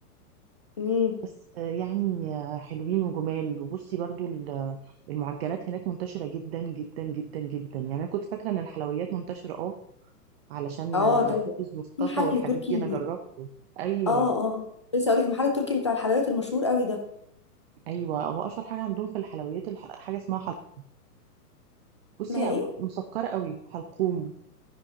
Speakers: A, on the left; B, on the right.
A: امم
B: بس آه، يعني آه، حلوين وجمال وبصي برضو ال- آه، المعجنات هناك منتشره جدا جدا جدا جدا يعني انا كنت فاكره ان الحلويات منتشره اه علشان
A: اه
B: آه،
A: طيب
B: حافظ مصطفى
A: في محل
B: والحاجات
A: تركي
B: دي انا جربته ايوه
A: اه اه لسه اقول لك المحل التركي اللي بتاع الحلويات المشهور قوي ده
B: ايوه هو اشهر حاجه عندهم في الحلويات الح- حاجه اسمها حلقوم بصي
A: اسمها
B: هي
A: ايه
B: مسكره قوي حلقوم